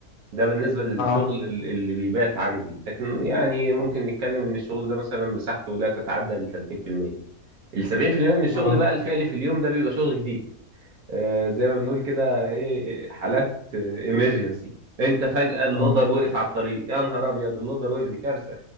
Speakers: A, on the right; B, on the left.
A: ده بالنسبه للشغل
B: اه
A: ال- اللي بيبات عندي لكن يعني ممكن نتكلم ان الشغل ده مثلا مساحته لا تتعدى ال 30% ال 70% من الشغل
B: اه
A: بقى الفعلي في اليوم ده بيبقى شغل جديد آه، زي ما بنقول كده ايه إيه، حالات ايمرجنسي انت فجأة اللودر
B: اه
A: وقف على الطريق يا نهار ابيض اللودر وقف دي كارثة